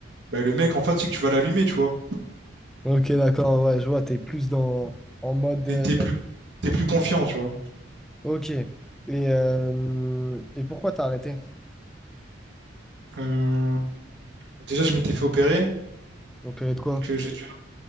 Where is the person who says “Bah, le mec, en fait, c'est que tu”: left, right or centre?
Right